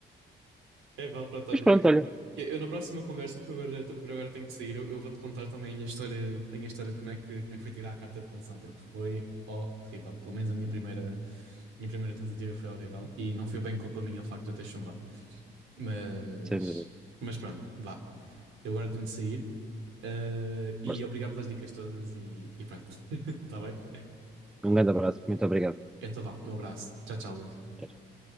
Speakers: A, on the right (about 85°); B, in the centre.
A: É, vale, pronto, olha.
B: Mas pronto,
A: Eu,
B: olha,
A: eu- eu na próxima conversa, porque agora, por agora tenho de sair, eu, eu vou-te contar também a minha história, a minha história de como é que, como é que foi tirar a carta de condução, porque foi horrível. Pelo menos a minha primeira, minha primeira tentativa foi horrível e não foi bem culpa minha o facto de eu ter chumbado. Mas,
B: sem eh,
A: mas pronto, vá. Eu agora tenho de sair. eh, e
B: força.
A: obrigado pelas dicas todas e, e pronto. <laughs> Tá bem?
B: Um grande abraço, muito obrigado.
A: Então vá, um abraço. Tchau, tchau, Luís.
B: Tchau, tchau.